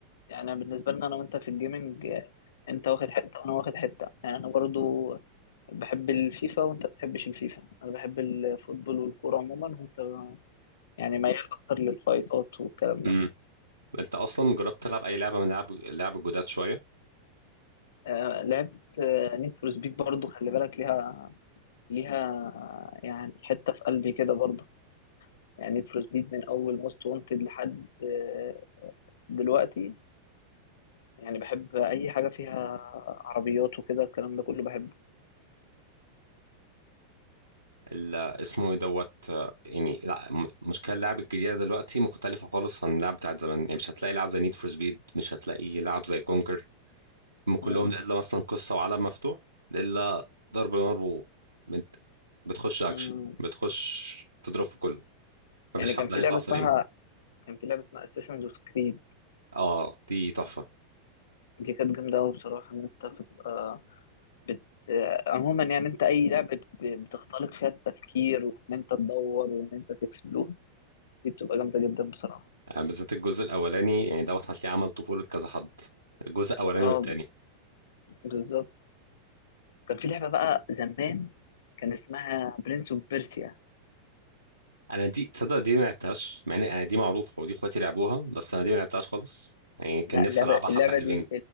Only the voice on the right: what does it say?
امم انت اصلا جربت تلعب اي لعبه من لعب لعب الجداد شويه
ال- اسمه ايه دوت آه، يعني لا م- مشكله اللعب الجديده دلوقتي مختلفه خالص عن اللعب بتاعت زمان يعني مش هتلاقي لعب زي نيد فور سبيد مش هتلاقي لعب زي كونكر هم كلهم
الا مثلا قصه وعالم مفتوح الا ضرب نار و بت- بتخش اكشن
بتخش تضرب في كله مفيش
حد
هيطلع
سليم
اه دي تحفه
يعني بالذات الجزء الاولاني يعني دوت هتلاقيه عمل طفوله كذا حد الجزء الاولاني
والتاني
انا دي تصدق دي ما لعبتهاش مع ان انا دي معروفه ودي اخواتي لعبوها بس انا دي ما لعبتهاش خالص يعني كان
نفسي
العبها
حبه حلوين